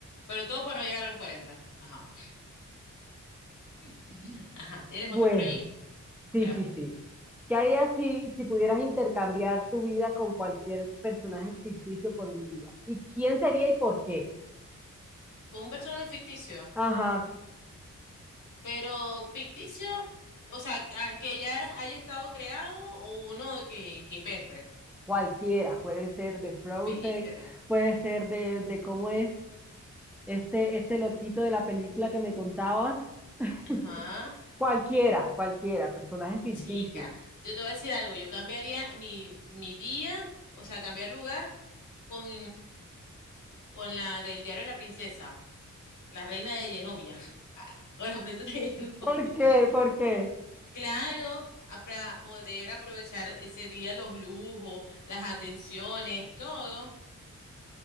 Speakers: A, on the left; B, in the centre.
A: Pero todo para no llegar a los 40. Ajá. <laughs> Ajá. ¿Tienes
B: Bueno,
A: otro por allí? ¿O
B: sí,
A: creamos
B: sí, sí.
A: uno?
B: ¿Qué harías si, si pudieras intercambiar tu vida con cualquier personaje ficticio por un día? ¿Y quién sería y por qué?
A: con un personaje ficticio,
B: Ajá,
A: pero ficticio, o sea, a- que ya haya estado creado o uno que, que invente.
B: cualquiera. Puede ser de Frozen,
A: Vítele.
B: puede ser de, de cómo es este, este loquito de la película que me contabas. <laughs>
A: Ajá.
B: Cualquiera, cualquiera, personaje ficticio.
A: Chica, yo te voy a decir algo, yo cambiaría mi, mi día, o sea, cambiar lugar con, con la del diario de la princesa, la reina de Genovia, <laughs> o la princesa de Genovia.
B: ¿Por qué? ¿Por qué?
A: Claro, a- para poder aprovechar ese día los lujos, las atenciones, todo.